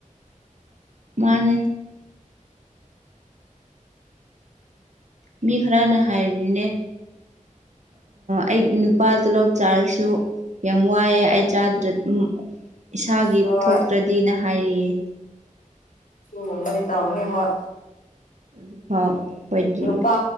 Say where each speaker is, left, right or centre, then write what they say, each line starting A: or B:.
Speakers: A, on the right; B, on the left.
A: ꯃꯥꯅꯦ ꯃꯤ ꯈꯔꯅ ꯍꯥꯏꯔꯤꯅꯦ ꯑꯩ ꯅꯨꯄꯥ ꯇꯣꯂꯣꯞ ꯆꯥꯔꯁꯨ ꯌꯥꯝ ꯋꯥꯏꯑꯦ ꯑꯩ ꯆꯥꯗ꯭ꯔ ꯏꯁꯥꯒꯤ
B: ꯍꯣꯏ
A: ꯊꯣꯛꯇ꯭ꯔꯗꯤ ꯅꯍ ꯍꯥꯏꯔꯤꯌꯦ
B: ꯇꯨꯒꯨꯝꯕꯗꯤ ꯇꯧꯅꯤ ꯍꯣꯏ
A: ꯑꯗꯨꯐꯥꯎ ꯑꯩꯈꯣꯏꯗꯤ
B: ꯅꯨꯄꯥ